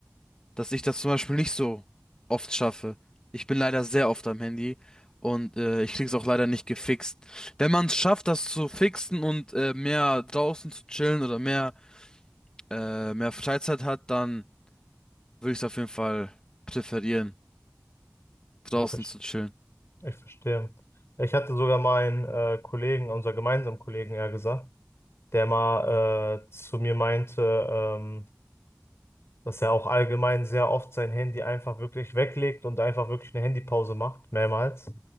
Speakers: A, on the left; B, on the left.
A: dass ich das zum Beispiel nicht so oft schaffe. Ich bin leider sehr oft am Handy und äh, ich krieg's auch leider nicht gefixt. Wenn man es schafft, das zu fixen und äh, mehr draußen zu chillen oder mehr, äh, mehr Freizeit hat, dann würde ich es auf jeden Fall präferieren, draußen
B: Ich, ver-
A: zu chillen.
B: ich verstehe. Ich hatte sogar meinen äh, Kollegen, unser gemeinsamen Kollegen, ja gesagt, der mal äh, zu mir meinte, ähm, dass er auch allgemein sehr oft sein Handy einfach wirklich weglegt und einfach wirklich eine Handypause macht, mehrmals,